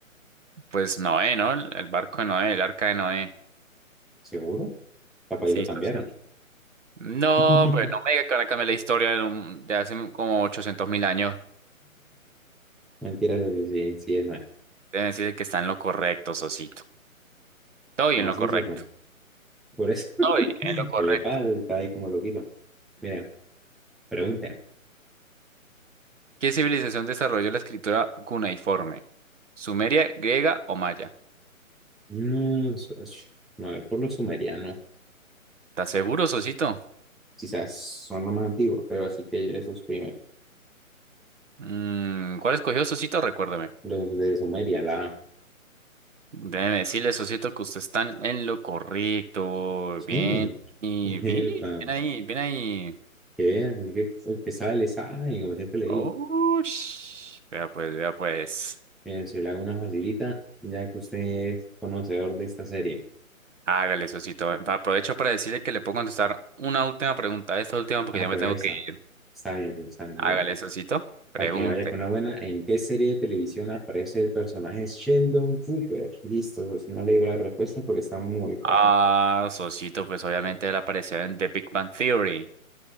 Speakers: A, on the right; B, in the centre.
A: pues Noé, ¿no? El, el barco de Noé, el arca de Noé.
B: ¿Seguro? Capaz
A: Sí,
B: ahí lo cambiaron.
A: socio. No,
B: <laughs>
A: pues no me diga que van a cambiar la historia de, un- de hace como ochocientos mil años.
B: Mentira, pero sí, sí, sí es nuevo.
A: Deben decirle que está en lo correcto, socito. Estoy
B: Macizo,
A: en lo correcto.
B: sí. Por eso, <laughs>
A: Estoy
B: el
A: en lo correcto.
B: EPAD está ahí como loquito. Mira, pregunta.
A: ¿Qué civilización desarrolló la escritura cuneiforme? ¿Sumeria, griega o maya?
B: No, so- sh- no, a ver, por los sumerianos,
A: ¿Estás seguro, socito?
B: quizás son los más antiguos, pero así que esos primeros,
A: Mm, ¿cuál escogió, socito? Recuérdame.
B: los de Sumeria, la...
A: Déjeme decirle, socito, que usted está en lo correcto.
B: Sí,
A: Bien, y
B: <laughs>
A: bien,
B: epa,
A: bien ahí, bien ahí.
B: que vean, es que el que sabe le sabe, como siempre le digo.
A: Oh, vea pues, vea pues.
B: Miren, si le hago una facilita, ya que usted es conocedor de esta serie.
A: Hágale, socito. Aprovecho para decirle que le puedo contestar una última pregunta. Esta última porque
B: Ah,
A: ya
B: pues
A: me tengo que
B: esta.
A: ir.
B: Está bien, pues está bien,
A: Hágale,
B: mire.
A: socito. Pregunte.
B: Para que vaya con una buena. ¿En qué serie de televisión aparece el personaje Sheldon Cooper? Listo, pues no le digo la respuesta porque está muy fácil.
A: Ah, socito, pues obviamente él apareció en The Big Bang Theory.